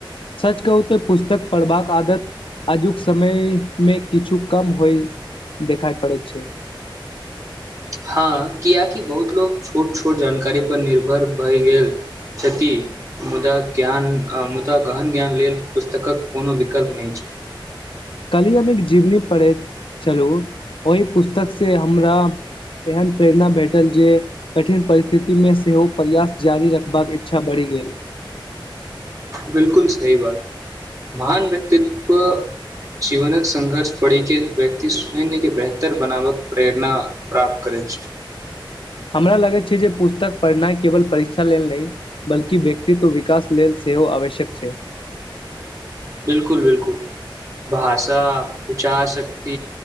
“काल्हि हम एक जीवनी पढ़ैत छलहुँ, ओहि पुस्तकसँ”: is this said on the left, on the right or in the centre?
Left